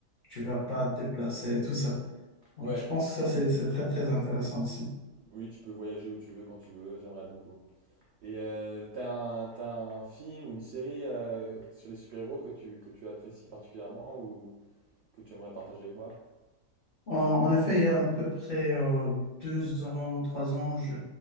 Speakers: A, on the left (about 40°); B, on the right (about 75°).
A: tu vas pas te déplacer, tout ça. Donc,
B: Ouais,
A: je pense que ça, c'est c'est très, très intéressant aussi.
B: oui, tu peux voyager où tu veux, quand tu veux, j'aimerais beaucoup. Et euh, t'as un, t'as un film ou une série euh, sur les super-héros que tu, que tu apprécies particulièrement ou que tu aimerais partager avec moi?
A: En, en effet, il y a à peu près euh, deux ans, trois ans, je,